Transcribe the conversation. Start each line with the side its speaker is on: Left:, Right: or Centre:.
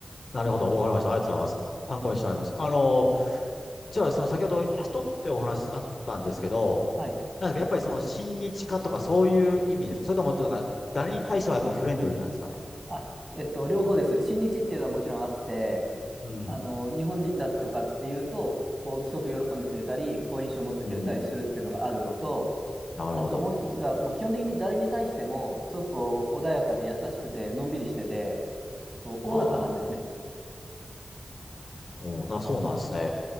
Left: なるほど。わかりました。ありがとうございます。参考にしております。あの、
Right: はい。
Left: じゃあ、その先ほど人ってお話あったんですけど、
Right: はい。
Left: なんですか、やっぱりその親日家とかそういう意味ですかそれとも、なんか、誰に対してもやっぱフレンドリーなんですかね。
Right: あ、えっと、両方です。新日っていうのはもちろんあって、
Left: うん。
Right: あの、日本人だとかっていうと、こう、すごく喜んでくれたり、好印象を持ってくれたりするっていうのがあるのと、
Left: うん。なるほど。
Right: あともう一つが、もう基本的に誰に対しても、すごくこう穏やかで優しくて、のんびりしてて、こう、
Left: はあ。
Right: おおらかなんですね。
Left: おーな、そうなんですね。